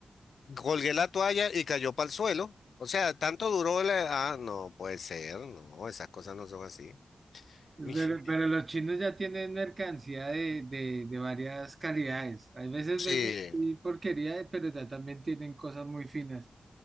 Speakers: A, on the left; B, on the right.
A: Colgué la toalla y cayó para el suelo. O sea, tanto duró la... Ah, no, puede ser, no, esas cosas no son así.
B: Pero,
A: <laughs>
B: pero los chinos ya tienen mercancía de, de, de varias calidades. Hay veces
A: Sí,
B: venden sí, porquería, eh, pero ya también tienen cosas muy finas.